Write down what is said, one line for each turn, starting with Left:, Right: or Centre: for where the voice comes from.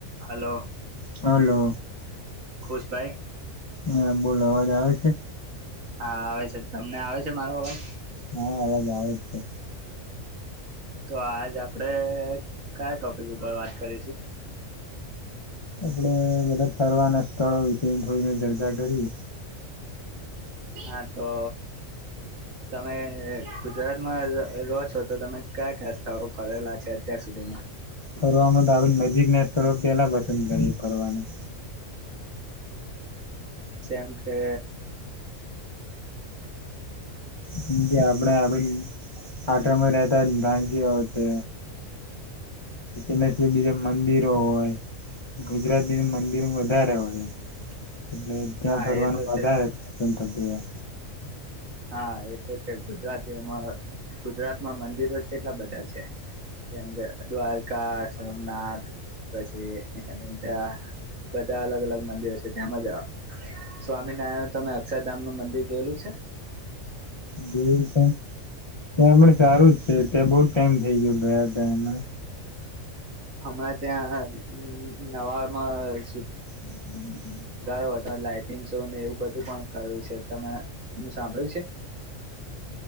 Right: Hello.
Left: Hello.
Right: ખુશભાઈ.
Left: હા બોલો અવાજ આવે છે?
Right: હા આવે છે તમને આવે છે મારો અવાજ?
Left: હા અવાજ આવે જ છે
Right: તો આજ આપડે કયા ટોપિક ઉપર વાત કરીશું?
Left: આપડે બધા ફરવાના સ્થળો વિશે થોડી ઘઈ ચર્ચા કરીએ.
Right: હા તો તમે ગુજરાતમાં રહો છો તો તમે કયા કયા સ્થળો ફરેલા છો અત્યાર સુધીમાં?
Left: ફરવામાં તો આ બાજુ નજીક ના સ્થળ પેલા પસંદ કરીએ ફરવાનું‌‌.
Right: જેમ કે
Left: કેમ કે આપણે આ બાજુ પાટણમાં રહેતા હો છે, તેના બીજા મંદિરો હોય ગુજરાતી મંદિરો વધારે હોય. એટલે ત્યાં
Right: હા
Left: ફરવાનું
Right: એ તો છે
Left: વધારે થતું હોય.
Right: હા એ તો છે, ગુજરાતીમાં ગુજરાતમાં મંદિરો જ કેટલા બધા છે, જેમ કે દ્વારકા, સોમનાથ પછી ઊંઝા બધા અલગ અલગ મંદિરો છે, તેમ જ સ્વામિનારાયણનુ તમે અક્ષરધામનું મંદિર જોયેલું છે?
Left: જોયુ છે, ને ત્યાં પણ સારું જ છે, ત્યાં બહુ જ ટાઈમ થઇ ગયો ગયા હતા એમાં.
Right: હમણાં ત્યાં નવામાં શું
Left: હમ.
Right: વધારે લાાઈટિંગ શૉ ને એવું બધું પણ કરેલુ છે તમે એનું સાંભળ્યું છે?